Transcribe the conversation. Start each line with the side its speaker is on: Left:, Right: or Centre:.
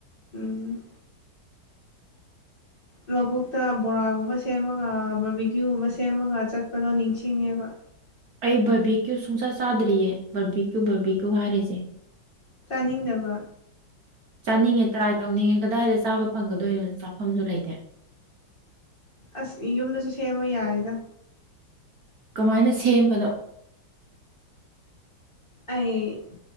Left: ꯎꯝ ꯂꯧꯕꯨꯛꯇ ꯕꯣꯔꯥꯒꯨꯝꯕ ꯁꯦꯝꯃꯒ ꯕꯔꯕꯤꯒꯀ꯭ꯌꯨꯒꯨꯝꯕ ꯁꯦꯝꯃꯒ ꯆꯠꯄꯗꯣ ꯅꯤꯡꯁꯤꯡꯉꯦꯕ
Right: ꯑꯩ ꯕꯥꯔꯕꯤꯛꯀ꯭ꯌꯨ ꯁꯨꯡꯁꯥ ꯆꯥꯗ꯭ꯔꯤꯌꯦ ꯕꯥꯔꯕꯤꯀ꯭ꯌꯨ ꯕꯥꯔꯕꯤꯀ꯭ꯌꯨ ꯍꯥꯏꯔꯤꯁꯦ
Left: ꯆꯥꯅꯤꯡꯗꯕ
Right: ꯆꯥꯅꯤꯡꯉꯦ ꯇ꯭ꯔꯥꯏ ꯇꯧꯅꯤꯡꯉꯦ ꯀꯗꯥꯏꯗ ꯆꯥꯕ ꯐꯪꯒꯗꯣꯏꯅꯣ ꯆꯥꯐꯝꯁꯨ ꯂꯩꯇꯦ
Left: ꯑꯁ ꯌꯨꯝꯗꯁꯨ ꯁꯦꯝꯃ ꯌꯥꯏꯌꯦꯗ
Right: ꯀꯃꯥꯏꯅ ꯁꯦꯝꯕꯅꯣ꯫
Left: ꯑꯩ